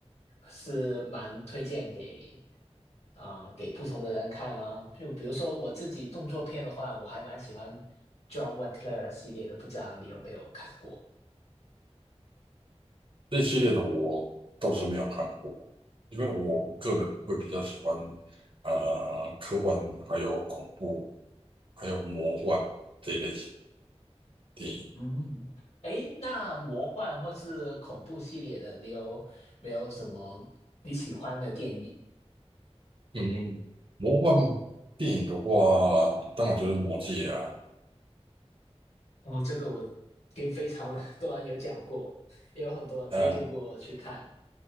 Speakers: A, on the left; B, on the right.
A: 是蛮推荐给啊、呃给不同的人看吗？就比如说我自己动作片的话，我还蛮喜欢 John Wick 系列的，不知道你有没有看过？
B: 这系列的我倒是没有看过，因为我个人会比较喜欢呃科幻，还有恐怖，还有魔幻这一类型的电影。
A: 嗯，诶，那魔幻或是恐怖系列的，你有没有什么你喜欢的电影？
B: 嗯，魔幻电影的话，当然就是《魔戒》啊，
A: 哦，这个我跟非常 <laughs> 多人有讲过，也有很多人推荐过我去看
B: 呃